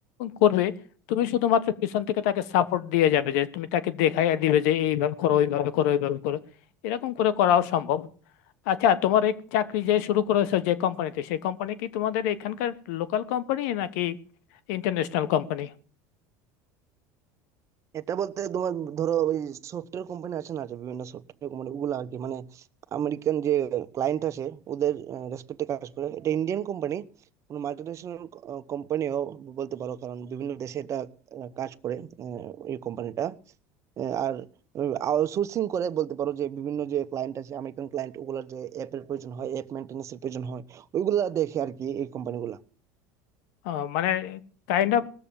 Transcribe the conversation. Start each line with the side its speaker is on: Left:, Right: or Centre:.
Left: করবে তুমি শুধুমাত্র পিছন থেকে তাকে সাপোর্ট দিয়ে যাবে যে তুমি তাকে দেখাইয়া দিবে যে এইভাবে করো ওইভাবে করো ওইভাবে করো এরকম করে করাও সম্ভব আচ্ছা তোমার এই চাকরি যে শুরু করেছো যে কোম্পানিতে সেই কোম্পানি কি তোমাদের এখানকার লোকাল কোম্পানি নাকি ইন্টারন্যাশনাল কোম্পানি
Right: এটা বলতে তোমার ধরো ওই সফটওয়্যার কোম্পানি আছে না যে বিভিন্ন সফটওয়্যার কোম্পানি ওগুলো আর কি মানে আমেরিকান যে ক্লায়েন্ট আসে ওদের রেসপেক্টে কাজ করে এটা ইন্ডিয়ান কোম্পানি কোনো মাল্টিন্যাশনাল কোম্পানিও বলতে পারো কারণ বিভিন্ন দেশে এটা আহ, কাজ করে আহ, এই কোম্পানিটা আর আউটসোর্সিং করে বলতে পারো যে বিভিন্ন যে ক্লায়েন্ট আছে আমেরিকান ক্লায়েন্ট ওগুলোর যে অ্যাপের প্রয়োজন হয় অ্যাপ মেনটেন্যান্সের প্রয়োজন হয় ওইগুলা দেখে আর কি এই কোম্পানিগুলো
Left: আহ, মানে কাইন্ড অফ